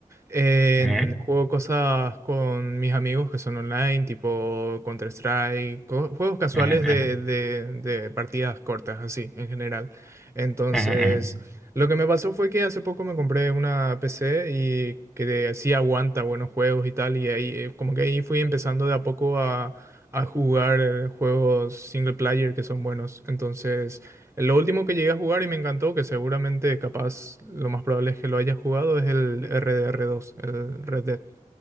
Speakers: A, on the right (about 20°); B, in the centre.
A: En-
B: Ujú,
A: juego cosas con mis amigos que son online, tipo Counter-Strike, co- juegos casuales
B: ujú,
A: de,
B: ujú,
A: de- de partidas cortas, así, en general. Entonces,
B: ujú, ujú.
A: lo que me pasó fue que hace poco me compré una PC y que sí aguanta buenos juegos y tal, y ahí eh, como que ahí fui empezando de a poco a, a jugar eh, juegos single player que son buenos. Entonces... Lo último que llegué a jugar y me encantó, que seguramente capaz lo más probable es que lo hayas jugado, es el RDR2, el Red Dead.